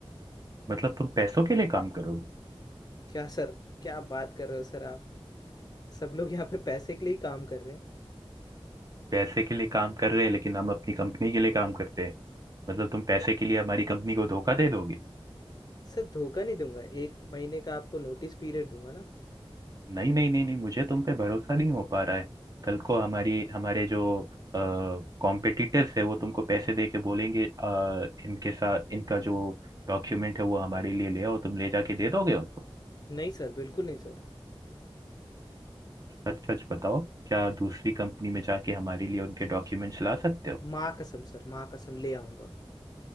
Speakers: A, on the right; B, on the left.
A: मतलब तुम पैसों के लिए काम करोगे
B: क्या सर क्या बात कर रहे हो सर आप सब लोग यहाँ पे पैसे के लिए ही काम कर रहे हैं
A: पैसे के लिए काम कर रहे हैं लेकिन हम अपनी कंपनी के लिए काम करते हैं मतलब तुम पैसे के लिए हमारी कंपनी को धोखा दे दोगे
B: सर धोखा नहीं दूंगा एक महीने का आपको नोटिस पीरियड दूंगा ना
A: नहीं नहीं नहीं नहीं मुझे तुम पे भरोसा नहीं हो पा रहा है कल को हमारी हमारे जो कॉम्पिटिटर्स है वो तुमको पैसे दे के बोलेंगे अ, इनके साथ इनका जो डॉक्यूमेंट है वो हमारे लिए ले आओ तुम ले जाके दे दोगे उनको
B: नहीं सर बिल्कुल नहीं सर
A: सच सच बताओ क्या दूसरी कंपनी में जाके हमारे लिए उनके डॉक्यूमेंट्स ला सकते हो
B: माँ कसम सर माँ कसम ले आऊंगा